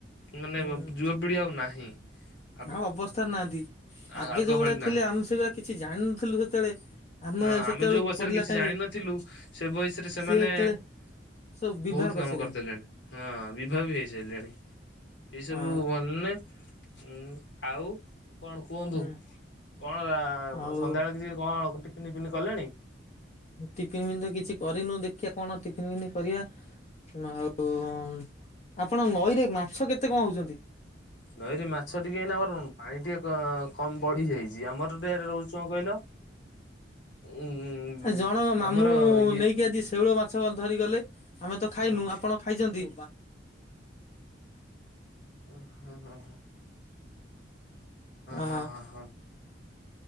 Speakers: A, on the left; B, on the left.
A: ମାନେ
B: ହୁଁ
A: ଯୁବପିଢି ଆଉ ନାହିଁ। ଆଗ
B: ଆଉ ଅବସ୍ଥା ନାହାନ୍ତି,
A: ଆ-
B: ଆଗେ
A: ଆଗ
B: ଯୋଉ
A: ଭଳି
B: ଭଳିଆ
A: ନାହାନ୍ତି
B: ଥିଲେ ଆମେ ସେଭଆ କିଛି ଜାଣିନଥିଲୁ ସେତେବେଳେ
A: ହଁ
B: ସେତେବେଳକୁ
A: ଆମେ ଯୋଉ ବୟସରେ
B: ପଢିଲା
A: କିଛି
B: ଟାଇମ
A: ଜାଣିନଥିଲୁ
B: ରେ
A: ସେ ବୟସରେ ସେମାନେ
B: ସିଏ ଯେତେବେଳେ ସବୁ ବିବାହ
A: ବହୁତ
B: କରିସାରିଲେଣି
A: କାମ କରିଦଲେଣି। ହଁ, ବିଭା ବି ହେଇ ସାଇଲେଣି, ଏଇ ସବୁ
B: ହଁ
A: ଭଲ ନେ ଉୁଁ, ଆଉ କଣ କୁହନ୍ତୁ
B: ହୁଁ
A: କଣ
B: ଆଉ
A: ସନ୍ଧ୍ୟାବେଳେ କିଛି କଣ ଟିଫିନ ଫିନ କଲେଣି?
B: ଟିଫିନ ପିନ ତ କିଛି କରିନୁ ଦେଖିବା କଣ ଟିଫିନ ଫିପିନ କରିବା ଆଉ, ଆପଣ ନଈରେ ମାଛ କେତେ କ ହଉଛନ୍ତି?
A: ନଈରେ ମାଛ ଟିକେ ଏଇନା ଅରୁଣ ପାଣି ଟିକେ କ କମ ବଢି ଯାଇଚି ଆମର ଟ ରହୁଚ ଣ କହିଲ? ଉଁ
B: ଜଣ ମାମୁଁ
A: ଆମର ଇଏ
B: ନେଇକି ଆଜି ଶେଉଳ ମା ଛମା ଧରି ଗଲେ, ଆମେ ତ ଖାଇନୁ
A: ହଁ ହଁ
B: ଆପଣ ଖାଇଛନ୍ତି?
A: ହଁ ହଁ ହଁ
B: ଅ
A: ହଁ ହଁ ହଁ